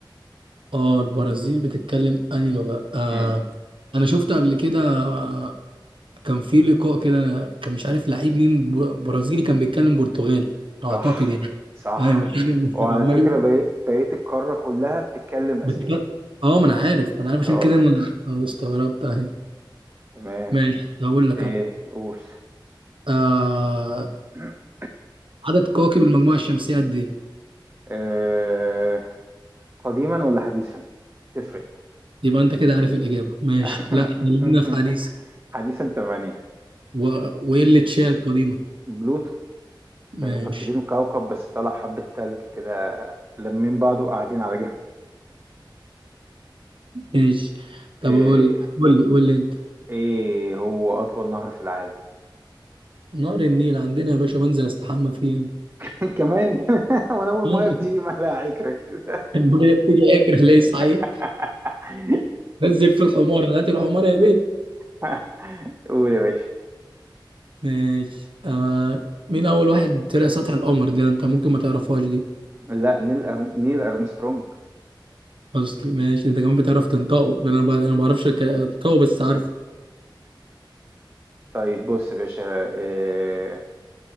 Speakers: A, on the right; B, on the right.
A: آه البرازيل بتتكلم أنهي لغة آه
B: امم
A: أنا شفت قبل كده آه كان في لقاء كده كان مش عارف لعيب مين ب- برازيلي كان بيتكلم برتغالي أعتقد
B: صح
A: يعني
B: صح
A: أيوة <laughs> عشان كده
B: وعلى
A: كان عمال
B: فكرة
A: يقول
B: بقيت بقيت القارة كلها بتتكلم اسباني
A: بتتكلم- آه ما أنا عارف ما أنا عارف عشان
B: اه
A: كده أنا استغربت أهي
B: تمام
A: ماشي هقول لك
B: ايه
A: أنا
B: قول
A: آه
B: <clears throat>
A: عدد كواكب المجموعة الشمسية قد إيه؟
B: آه، قديما ولا حديثا تفرق
A: يبقى أنت كده عارف الإجابة ماشي
B: <laughs>
A: لا خلينا في حديثة
B: حديثا تمانية
A: و... وإيه اللي تشال القديمة
B: بلوتو
A: ماشي
B: كانوا فاكرينه كوكب بس طلع حبة تلج كده لمين بعضه وقاعدين على جنب
A: ماشي طب
B: ايه
A: أقول قول لي قول لي أنت
B: إيه هو أطول نهر في العالم
A: نهر النيل عندنا يا باشا بنزل أستحمى فيه
B: <laughs> كمان <laughs> وأنا أول
A: <laughs>
B: مية بتيجي مالها عكرة كده
A: المية بتيجي آكل ليه صحيح
B: <laughs>
A: نزل في الحمار هات الحمار يا بيت
B: <laughs> قول يا باشا
A: ماشي آه مين أول واحد طلع سطح القمر دي أنت ممكن ما تعرفهاش دي
B: لا نيل أرم... نيل أرمسترونج
A: أصلي ماشي أنت كمان بتعرف تنطقه ده أنا ب... أنا ما بعرفش الك- أنطقه بس عارف
B: طيب بص يا باشا إيه...